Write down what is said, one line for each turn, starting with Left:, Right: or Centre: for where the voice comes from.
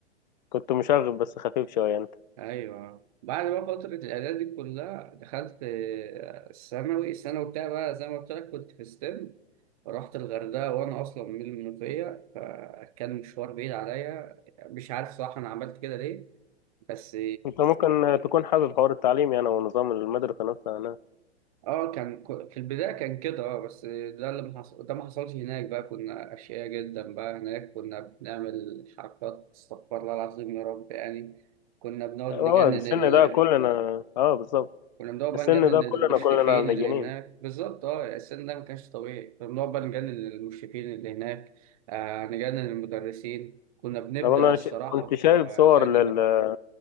Left: كنت مشاغب بس خفيف شوية انت
Right: ايوه بعد بقى فتره الاعداد دي كلها دخلت آه، الثانوي الثانوي بتاعي بقى زي ما قلت لك كنت في ستيم رحت الغردقه وانا اصلا من المنوفيه فكان مشوار بعيد عليا مش عارف صراحه انا عملت كده ليه بس
Left: انت ممكن تكون حابب حوار التعليم يعني ونظام المدرسة نفسها
Right: اه كان ك- في البداية كان كده اه بس ده اللي ما حصل ده ما حصلش هناك بقى كنا أشقياء جدا بقى هناك كنا بنعمل حركات استغفر الله العظيم يا رب يعني كنا بنقعد
Left: اه
Right: نجنن
Left: السن
Right: ال...
Left: ده مجانين كلنا اه بالظبط
Right: كنا بنقعد بقى
Left: السن
Right: نجنن
Left: ده
Right: المشرفين
Left: كلنا كلنا مجانين
Right: اللي هناك بالظبط اه السن ده ما كانش طبيعي كنا بنقعد بقى نجنن المشرفين اللي هناك آه نجنن المدرسين كنا بنبدأ
Left: طب انا
Right: الصراحة
Left: ش... كنت
Right: في-
Left: شايف
Right: آه،
Left: صور
Right: زي نهرب
Left: لل